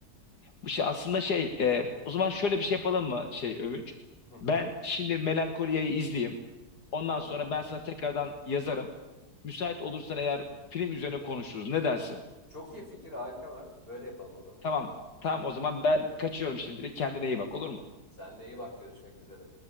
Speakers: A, on the left; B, on the left.
A: bu şey aslında şey e, o zaman şöyle bir şey yapalım mı şey Övünç?
B: Hı,
A: Ben şimdi Melankolia'yı izleyeyim. Ondan
B: tamam.
A: sonra ben sana tekrardan yazarım. Müsait olursan eğer film üzerine konuşuruz. Ne dersin?
B: Çok iyi fikir harika Mert. Böyle yapalım o zaman.
A: Tamam. Tamam o zaman ben kaçıyorum şimdilik. Kendine iyi bak olur mu?
B: Sen de iyi bak görüşmek üzere.